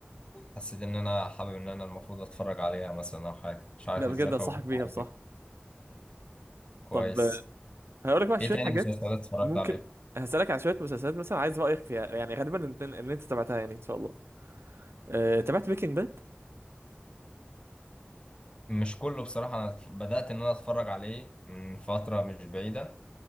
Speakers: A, on the left (about 25°); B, on the right (about 85°).
A: حسيت ان انا حابب ان انا المفروض اتفرج عليها مثلا او حاجة
B: <laughs>
A: مش عارف
B: لا بجد
A: ازاي
B: انصحك
A: فوت
B: بيها بصراحه
A: حاجة كده. كويس
B: طب هقول لك بقى
A: ايه
B: شويه
A: تاني
B: حاجات
A: مسلسلات اتفرجت
B: ممكن
A: عليها
B: هسألك على شويه مسلسلات مثلا عايز رأيك فيها يعني غالبا انت ان انت تابعتها يعني ان شاء الله أه... تابعت بريكنج باد
A: مش كله بصراحة انا اتف- بدأت ان انا اتفرج عليه من فترة مش بعيدة